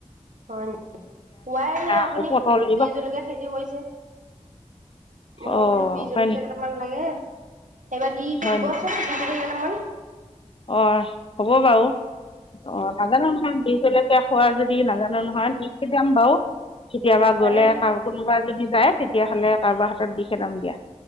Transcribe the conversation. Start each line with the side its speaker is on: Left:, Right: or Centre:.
Right: হয় নি কোৱাই নাই আপুনি
Left: আকৌ পটল এইবিলাক
Right: বি জলকীয়া খেতি কৰিছে মই
Left: অঁ
Right: বোলো বি জলকীয়া
Left: হয় নেকি
Right: কেইটামান লাগে সেইবাৰ দি দিবচোন
Left: হয় নেকি
Right: বি জলকীয়া কেইটামান
Left: অ হ'ব বাৰু অ নাজানো নহয় বি জলকীয়া খোৱা যদি নাজানো নহয় দি যাম বাৰু কেতিয়াবা
Right: মানে
Left: গ'লে কোনোবা যদি যায় তেতিয়া হলে কাৰোবাৰ হাতত দি পথাম দিয়া